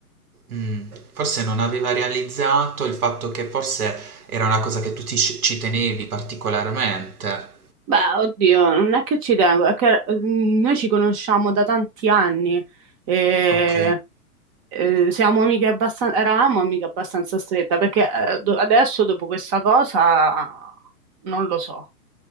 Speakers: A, on the right; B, on the right.
A: Mm, Forse non aveva realizzato il fatto che forse era una cosa che tu ti- ci tenevi particolarmente.
B: Beh, oddio, non è che ci tengo, è che mh, noi ci conosciamo da tanti anni. E...
A: Ok,
B: eh, siamo amiche abbastanza, eravamo amiche abbastanza strette, perché eh, do- adesso dopo questa cosa non lo so,